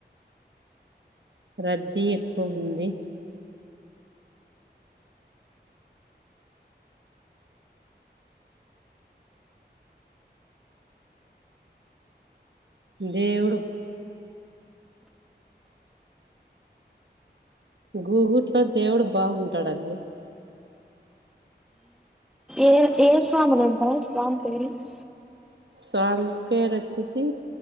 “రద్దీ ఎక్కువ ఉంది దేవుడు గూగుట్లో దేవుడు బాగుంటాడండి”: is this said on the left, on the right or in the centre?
Right